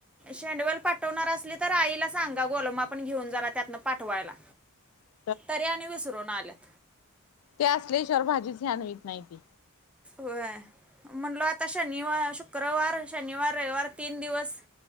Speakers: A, in the centre; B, on the left.
A: शेंडवल पाठवणार असली तर आईला सांगा घोलमा पण घेऊन जाला त्यातनं पाठवायला....
B: ह.
A: तरी आणि विसरूनन आलेत.....
B: ते असल्याशिवाय भाजीच छान होत नाही ती.
A: व म्हटलो आता शनिवार शुक्रवार शनिवार रविवार तीन दिवस.....